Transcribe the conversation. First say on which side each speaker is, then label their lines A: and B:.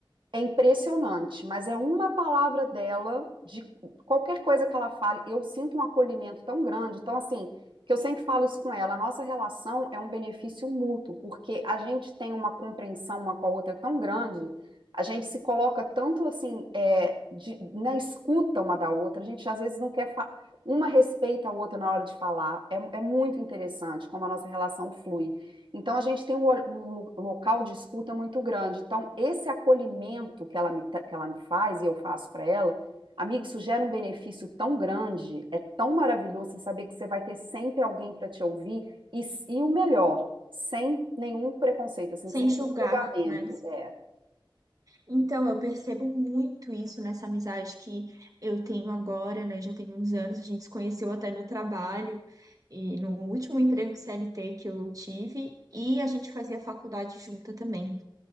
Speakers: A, on the right (about 70°); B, on the right (about 45°).
A: É impressionante, mas é uma palavra dela, de qualquer coisa que ela fale, eu sinto um acolhimento tão grande. Então, assim, que eu sempre falo isso com ela, a nossa relação é um benefício mútuo, porque a gente tem uma compreensão uma com a outra tão grande, a gente se coloca tanto assim, é, de- na escuta uma da outra, a gente às vezes não quer, fa- uma respeita a outra na hora de falar. É, é muito interessante como a nossa relação flui. Então, a gente tem um, um local de escuta muito grande. Então, esse acolhimento que ela me, que ela me faz e eu faço para ela, amigo, isso gera um benefício tão grande, é tão maravilhoso você saber que você vai ter sempre alguém para te ouvir e, e o melhor, sem nenhum preconceito, assim,
B: sem
A: sem
B: julgar,
A: julgamento.
B: né?
A: É.
B: Então, eu percebo muito isso nessa amizade que eu tenho agora, né? Já tem uns anos, a gente se conheceu até no trabalho e no último emprego CLT que eu tive, e a gente fazia faculdade junta também.